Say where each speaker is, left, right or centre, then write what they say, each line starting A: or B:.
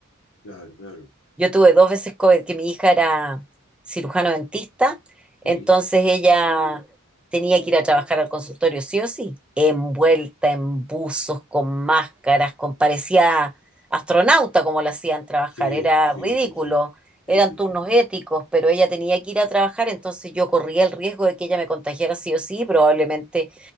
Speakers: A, on the left; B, in the centre.
A: claro, claro,
B: Yo tuve dos veces COVID, que mi hija era cirujano dentista, entonces
A: sí,
B: ella tenía que ir a trabajar al consultorio sí o sí, envuelta en buzos, con máscaras, con parecía astronauta como la hacían trabajar,
A: sí,
B: era
A: sí,
B: ridículo,
A: sí, sí, sí,
B: eran
A: sí,
B: turnos
A: sí,
B: éticos, pero ella tenía que ir a trabajar, entonces yo corría el riesgo de que ella me contagiara sí o sí, probablemente